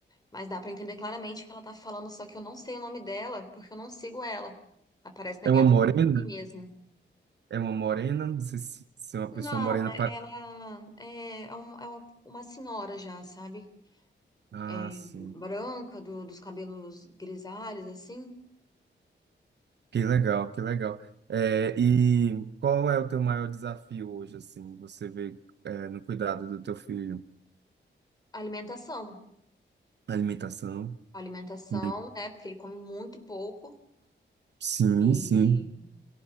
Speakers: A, on the left; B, on the right.
A: mas dá pra entender claramente o que ela tá falando, só que eu não sei o nome dela, porque eu não sigo ela. Aparece na
B: É
A: minha
B: uma morena?
A: timeline mesmo.
B: É uma morena? Não sei se, se é uma
A: Não,
B: pessoa morena
A: é-
B: para.
A: ela é, é uma é uma senhora já, sabe?
B: Ah,
A: É,
B: sim.
A: branca, do- dos cabelos grisalhos, assim.
B: Que legal, que legal. É, e qual é o teu maior desafio hoje, assim? Você vê é, no cuidado do teu filho,
A: Alimentação.
B: na alimentação?
A: Alimentação,
B: Hum.
A: né? Porque ele come muito pouco.
B: Sim,
A: E
B: sim.